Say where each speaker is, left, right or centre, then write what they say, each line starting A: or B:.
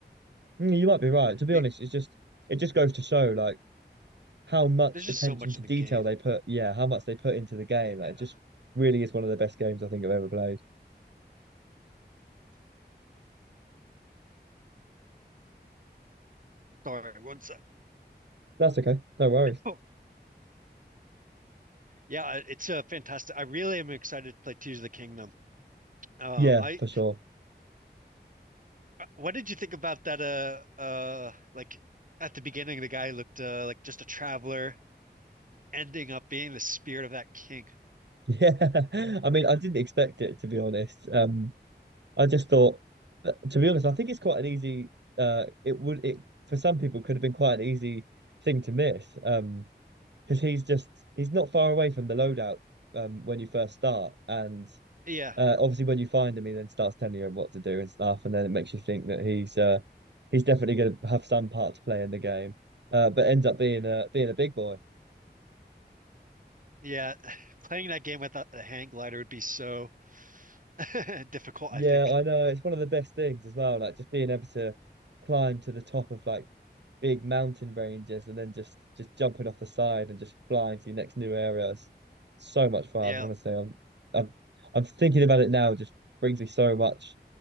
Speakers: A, on the right (about 75°); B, on the right (about 50°).
A: Mm, you might be right. To be
B: It-
A: honest, it's just it just goes to show like how much
B: there's just
A: attention
B: so much
A: to
B: in
A: detail
B: the game.
A: they put. Yeah, how much they put into the game. Like,
B: Yeah.
A: it just really is one of the best games I think I've ever played.
B: Sorry, one sec.
A: That's okay. No worries.
B: Oh, yeah, I- it's uh, fantastic. I really am excited to play Tears of the Kingdom. Um,
A: Yeah,
B: I
A: for sure. <laughs>
B: uh, what did you think about that? Uh, uh, like at the beginning, the guy looked uh, like just a traveler, ending up being the spirit of that king.
A: Yeah. I mean, I didn't expect it to be honest. Um, I just thought, uh, to be honest, I think it's quite an easy. Uh, it would it for some people could have been quite an easy thing to miss. Um, because he's just he's not far away from the loadout. Um, when you first start, and
B: Yeah,
A: uh, obviously when you find him, he then starts telling you what to do and stuff, and then it makes you think that he's uh he's definitely going to have some part to play in the game. Uh, but ends up being a being a big boy.
B: yeah. <laughs> <sighs> Playing that game without the hang glider would be so <laughs> difficult,
A: Yeah,
B: I think.
A: I know it's one of the best things as well. Like just being able to climb to the top of like big mountain ranges and then just just jumping off the side and just flying to your next new areas. So much fun,
B: Yeah,
A: honestly. I'm I'm I'm thinking about it now, just brings me so much